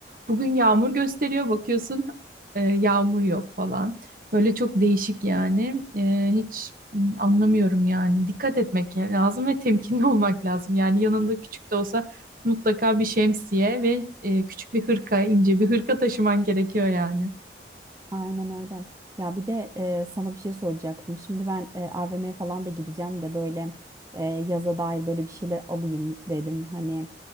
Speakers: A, on the right (about 50°); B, on the right (about 20°).
A: Bugün yağmur gösteriyor bakıyorsun e, yağmur yok falan. Böyle çok değişik yani. E, hiç m, anlamıyorum yani. Dikkat etmek lazım ve temkinli <laughs> olmak lazım. Yani yanında küçük de olsa mutlaka bir şemsiye ve e, küçük bir hırka, ince bir hırka taşıman gerekiyor yani.
B: Aynen öyle. Ya bir de e, sana bir şey soracaktım. Şimdi ben e, AVM'ye falan da gideceğim de böyle e, yaza dair böyle bir şeyler alayım dedim. Hani